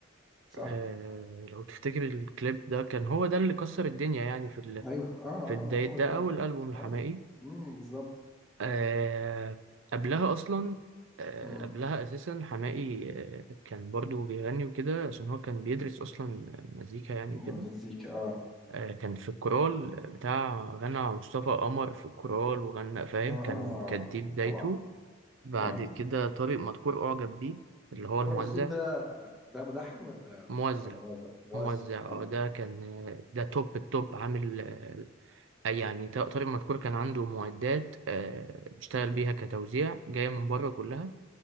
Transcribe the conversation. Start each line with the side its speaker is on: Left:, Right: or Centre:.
Centre: صح
Right: آه، لو تفتكر الكليب ده كان هو ده اللي كسر الدنيا يعني في ال...
Centre: ايوه اه اه
Right: في بداية
Centre: اه هو
Right: ده
Centre: ده فعلا
Right: أول ألبوم لحماقي
Centre: اه امم بالظبط
Right: آه، قبلها أصلا آه،
Centre: امم
Right: قبلها أساسا حماقي آه، كان برضو بيغني وكده عشان هو كان بيدرس أصلا مزيكا يعني
Centre: م-
Right: وكده
Centre: مزيكا اه
Right: آه، كان في الكورال بتاع غنى مع مصطفى قمر في الكورال وغنى فاهم
Centre: اه
Right: كان كانت دي بدايته
Centre: طبعا
Right: بعد
Centre: اه
Right: كده طارق مدكور أعجب بيه اللي هو الموزع
Centre: ترى مشكور ده ده ملحن ولا
Right: موزع
Centre: ولا ولا موزع موزع
Right: موزع
Centre: اه
Right: اه ده كان ده توب التوب عامل آه، يعني ط- طارق مدكور كان عنده معدات آه، بيشتغل بيها كتوزيع جاية من بره كلها